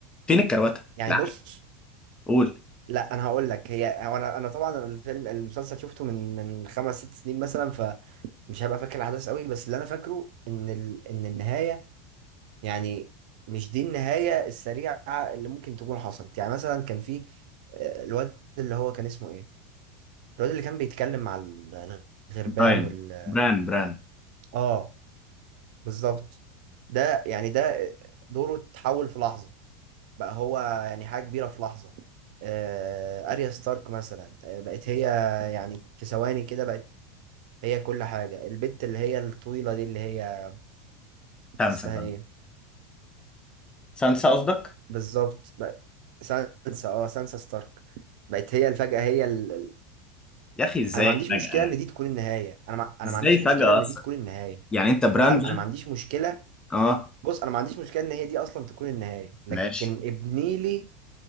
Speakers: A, on the left (about 15°); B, on the right (about 55°).
A: فين الكروته
B: يعني
A: لا
B: بص
A: قول
B: لا انا هقول لك هي هو انا انا طبعا الفيلم المسلسل شفته من من خمس ست سنين مثلا فمش هبقى فاكر الاحداث قوي بس اللي انا فاكره ان ال... ان النهايه يعني مش دي النهايه السريعه اللي ممكن تكون حصلت يعني مثلا كان في آه، الواد اللي هو كان اسمه ايه الواد اللي كان بيتكلم مع ال- الغربان
A: براين
B: وال
A: بران بران
B: اه بالظبط ده يعني ده دوره اتحول في لحظه بقى هو يعني حاجة كبيرة في لحظة آه، أريا ستارك مثلا آه، بقت هي يعني في ثواني كده بقت هي كل حاجة البنت اللي هي الطويلة دي اللي هي
A: سانسا
B: اسمها
A: بران
B: ايه
A: سانسا قصدك
B: بالظبط بقت سانسا اه سانسا ستارك بقت هي الفجأة هي ال... ال-
A: يا اخي ازاي
B: انا ما عنديش
A: فجاه
B: مشكلة
A: يعني
B: ان دي تكون النهاية انا ما... انا
A: ازاي
B: ما عنديش
A: فجاه
B: مشكلة ان دي تكون النهاية
A: يعني انت براند
B: لا لا
A: ده
B: انا ما عنديش مشكلة
A: اه
B: بص انا ما عنديش مشكلة ان هي دي اصلا تكون النهاية لكن
A: ماشي
B: ابني لي